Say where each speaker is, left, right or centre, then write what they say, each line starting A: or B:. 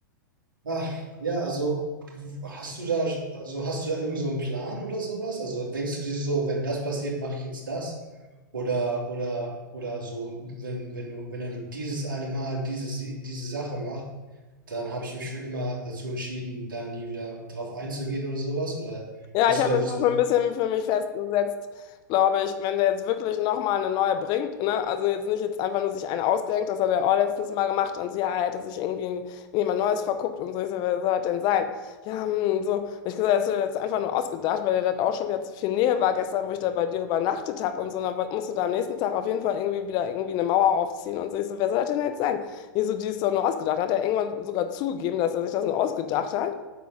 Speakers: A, on the right; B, on the left.
A: Ach, ja, also hast du da, also hast du da irgend so einen Plan oder sowas? Also denkst du dir so, wenn das passiert, mache ich jetzt das? Oder, oder, oder so, wenn, wenn du, wenn er nur dieses eine Mal dieses, diese Sache macht, dann habe ich mich für immer dazu entschieden, da nie wieder drauf einzugehen oder sowas? Oder
B: Ja,
A: bist
B: ich habe
A: du da
B: jetzt
A: so,
B: auch ein bisschen für mich festgesetzt, glaube ich, wenn der jetzt wirklich nochmal eine neue bringt, ne, also jetzt nicht jetzt einfach nur sich eine ausdenkt, das hat er auch letztens mal gemacht und so, ja, er hätte sich irgendwie in jemand Neues verguckt und so, ich so, wer soll das denn sein? Ja, hm, so, und ich gesagt, das ist ja jetzt einfach nur ausgedacht, weil dir das auch schon wieder zu viel Nähe war gestern, wo ich da bei dir übernachtet habe und so, und dann woll- musst du da am nächsten Tag auf jeden Fall irgendwie wieder irgendwie eine Mauer aufziehen und so, ich so, wer soll das denn jetzt sein? Ich so, die ist doch nur ausgedacht, hat er irgendwann sogar zugegeben, dass er sich das nur ausgedacht hat.